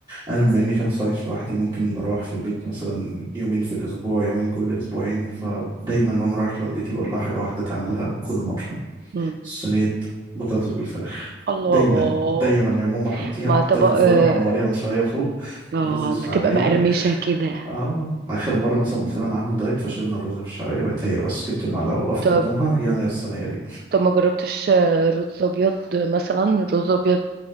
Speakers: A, on the right; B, on the right.
A: انا بما اني شخص عايش لوحدي ممكن بروح في البيت مثلا يومين في الاسبوع يومين كل اسبوعين فدايما وانا رايح لوالدتي بقول لها حاجه واحده تعملها كل مره
B: مم.
A: صينيه بطاطس بالفراخ
B: الله
A: دايما دايما يا ماما حطيها
B: مع
A: وحطيها
B: طبق
A: في الفرن
B: آه
A: حمريها من شويه فوق
B: آه،
A: رز الشعريه
B: بتبقى مقرمشة كده
A: اه اخر مره مثلا قلت لها انا عامل دايت فشلنا الرز بالشعريه بقت هي بس جبت المعلقه وقفت
B: طب
A: قدامها يلا يا الصينيه دي
B: طب ما جربتش آه، رز أبيض مثلا رز أبيض